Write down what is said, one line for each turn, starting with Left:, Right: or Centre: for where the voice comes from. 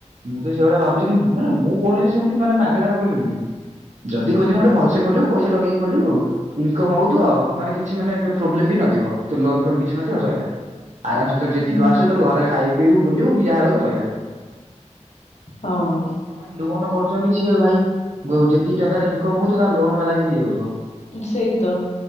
Right: ଯଦି ସେ ଭଳିଆ ଭାବୁଚି କିନ୍ ମାନେ ମୁଁ କହୁନି ଯେ ସେମିତି ମାନେ ମା ମାଗଣାରେ ଖୋଲିମି ବୋଲି ଯଦି ଖୋଲିମି ଗୋଟେ ଭଲସେ ଖୋଲିବୁ ପଇସା ଲଗେଇକି ଖୋଲିବୁ, ଇନକମ୍ ହଉଥୁବ, ଆଉ ମାନେ କିଛି ମାନେ ଯୋଉ ପ୍ରୋବ୍ଲେମ୍ ବି ନଥିବ, ତୋ ଲୋନ୍ ଫୋନ କିଛି ନଥିବ ସଇଲା। ଆରାମସେ ତୋର
Left: ହୁଁ
Right: ଯେତିକି ଟଙ୍କା ଆସିବ ତୋର ଘରେ ଖାଇ ତୁ ୟୁ ବୁଲିବୁକି ଯାହା କରିବୁ ସଇଲା।
Left: ହଁ
Right: ଯୋଉ ମାନେ ଲୋନ୍ କର ଜଣ୍ଡିସ ଏ ଭାଇ ଗୋଉ ଯେତିକି ଟଙ୍କାରେ ଇନ୍ କମ ହଉଥୁବ ତାଙ୍କ ଲୋନ୍ ବାଲା ଆସିକି ନେଇଯାଉଥୁବ।
Left: ସେଇତ